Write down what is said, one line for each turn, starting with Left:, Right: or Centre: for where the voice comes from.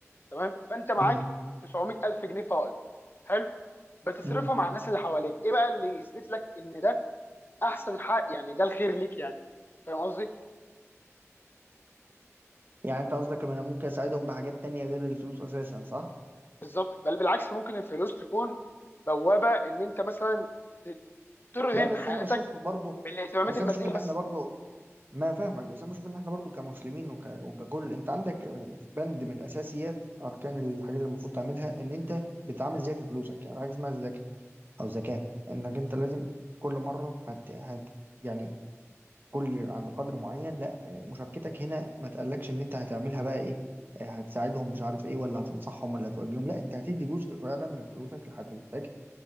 Left: تمام فانت معاك
Right: مم.
Left: 900000 جنيه فائض حلو بتصرفهم
Right: مم.
Left: على الناس اللي حواليك ايه بقى اللي يثبت لك ان ده احسن حق يعني ده الخير ليك يعني فاهم قصدي
Right: يعني انت قصدك ان انا ممكن اساعدهم بحاجات تانية غير الفلوس اساسا صح؟
Left: بالظبط بل بالعكس ممكن الفلوس تكون بوابه ان انت مثلا ت- ترهن
Right: لا بس
Left: حياتك
Right: انا بشوف برضو
Left: بالاهتمامات
Right: بس
Left: الماديه
Right: انا بشوف ان
Left: بس
Right: احنا برضو ما فاهمك بس انا بشوف ان احنا برضو كمسلمين وك... وككل انت عندك آه، بند من اساسيات اركان الحاجات اللي المفروض تعملها ان انت بتتعامل ازاي في فلوسك يعني حاجه اسمها الزكاه او زكاه انك انت لازم كل مره هت... هت... يعني كل عند قدر معين لا آه، مشاركتك هنا ما تقلقش ان انت هتعملها بقى ايه آه، هتساعدهم مش عارف ايه ولا هتنصحهم ولا هتوجههم لا انت هتدي جزء فعلا من فلوسك لحد محتاجها